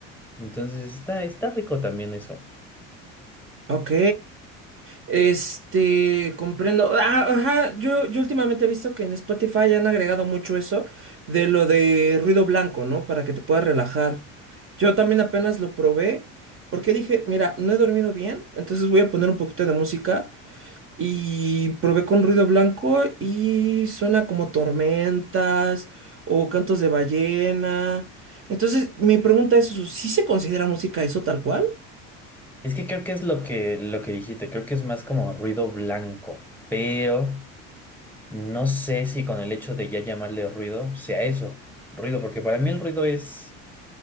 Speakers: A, in the centre; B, on the right.
A: Entonces está, está rico también eso.
B: Ok, este, comprendo. Ah, ajá, yo, yo últimamente he visto que en Spotify han agregado mucho eso de lo de ruido blanco, ¿no? Para que te puedas relajar. Yo también apenas lo probé porque dije, mira, no he dormido bien, entonces voy a poner un poquito de música y probé con ruido blanco y suena como tormentas o cantos de ballena. Entonces, mi pregunta es, ¿sí se considera música eso tal cual?
A: Es que creo que es lo que, lo que dijiste, creo que es más como ruido blanco, pero... No sé si con el hecho de ya llamarle ruido sea eso, ruido, porque para mí el ruido es,